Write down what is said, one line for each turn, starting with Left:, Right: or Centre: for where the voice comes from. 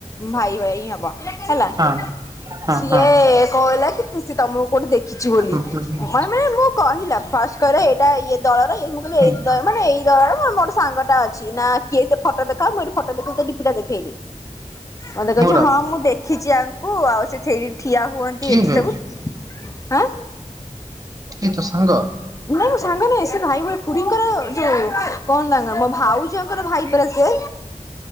Left: ଭାଇ ଭାଇ ହିଁ ହବ ହେଲା।
Right: ହଁ ହଁ
Left: ସିଏ
Right: ହଁ
Left: କହିଲା କି ସି ତମକୁ କୋଉଠି ଦେଖିଛି ବୋଲି।
Right: ହୁଁ ହୁଁ ହୁଁ
Left: ହ ମାନେ ମୁଁ କହିଲା ଫାଷ୍ଟ କହିଲା ଏଇଟା ଇଏ ଦଳର ମୁଁ କହିଲି
Right: ହୁଁ।
Left: ଏ ମାନେ ଏଇ ମୋର ସାଙ୍ଗ ଟା ଅଛି ନା କିଏ ସେ ଫଟୋ ଦେଖାଅ ମୁ ଏ ଫଟୋ ଦେଖ ଡିପି ଟା ଦେଖେଇଲି ମୋତେ କହୁଛି
Right: ମୋର
Left: ହଁ ମୁଁ ଦେଖିଛି ଆଙ୍କୁ ଆଉ ସେ ଠିଆ ହୁଅନ୍ତି
Right: କିଏ
Left: ଏଠି
Right: ବେ
Left: ସବୁ ଆଁ
Right: ଏ ତ ସାଙ୍ଗ
Left: ନାଇଁ ମୁଁ ସାଙ୍ଗ ନାଇଁ ସେ ଭାଇ ଭଳି ଖୁୀଡିଙ୍କର ଯୋଉ କଣ ତାଙ୍କ ମୋ ଭାଉ ଜଙ୍କର ଭାଇ ପରା ସେ।